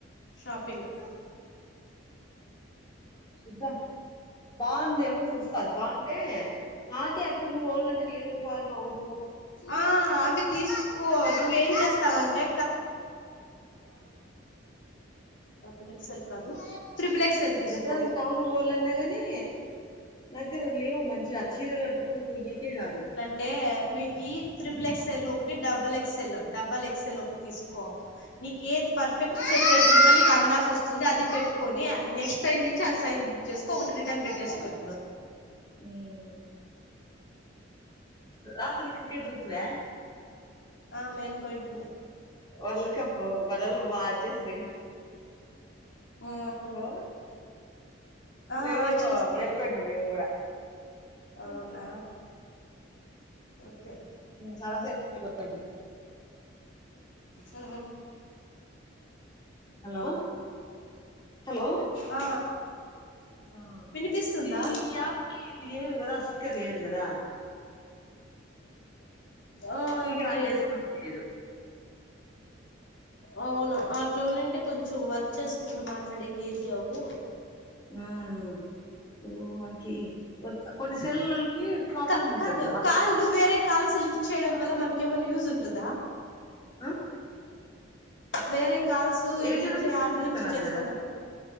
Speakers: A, on the left; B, on the left.
A: షాపింగ్
B: చూద్దాం. బాగుందేమో చూస్తది బాగుంటే నాకే ఏడ్కన్నా పోవాలంటే లేవ్ <unintelligible> మా ఊర్
A: ఆ అది తీస్కో నువ్వేం చేస్తావంటే? డబల్ ఎక్సెల్ కాదు త్రిబుల్ ఎక్సెల్ తీసుకో
B: ఎప్పుడన్నా టౌన్ పోలన్నా గాని నా దగ్గర లేవ్ మంచిగా ఆ చీరలు క ట్టుకొని పోయ్యకే కాదు
A: అంటే నీకీ త్రిబుల్
B: ఉమ్
A: ఎక్సెల్ ఒకటి డబుల్ ఎక్సెల్ డబల్ ఎక్సెల్ ఒకటి తీసుకో నీకేది పర్ఫెక్ట్ సెట్ అతుందో నీకు అందాస వస్తుంది అది పెట్టుకొని నెక్స్ట్ టైం నుంచి అది బుక్ చేసుకో ఒకటి రిటర్న్ పెట్టేసుకో <inaudible>
B: ఉమ్ రాత్రి క్రికెట్ జుత్తివా
A: ఆ మేల్కోయింటిమే
B: వరల్డ్ కప్ వరల్డ్ వాచ్ శ్రీ
A: ఆ
B: హలో
A: ఆ
B: రేపు
A: ఆ చూస్తి
B: మెయిల్కొంటి మేము కూడా అ
A: అవునా ఓకే
B: సరసేయిటు <unintelligible>
A: ఆ
B: హలో హలో
A: ఆ
B: ఆ
A: వినిపిస్తుందా
B: ది ఈ యాప్ కి ఇది లేదు కదా స్పీకర్ లేదు కదా
A: ఆ
B: స్పీకర్ ఆన్
A: లేదు
B: చేసుకుంటానీకీలేదు
A: అవును అట్లో నుంటే కొంచెం వర్క్ చేసుకుంటూ మాట్లాడేక ఈజీ అవు
B: ఆ ఇప్పుడు మనకి కొన్ని సెల్ కి ప్రాబ్లమ్
A: క
B: ఉంటది
A: కాదు
B: మాట్లాడే
A: కాళ్ళు వేరే కాల్స్ లిఫ్ట్ చేయడం వల్ల మనకు ఏమన్నా యూస్ ఉంటద
B: ఆ
A: వేరే కాల్సు
B: ఎయిటీ
A: దీంట్లో
B: రూపీస్
A: యాప్
B: చూపిస్తున్నారు
A: నుంచి చేస్తన్నారు
B: కదా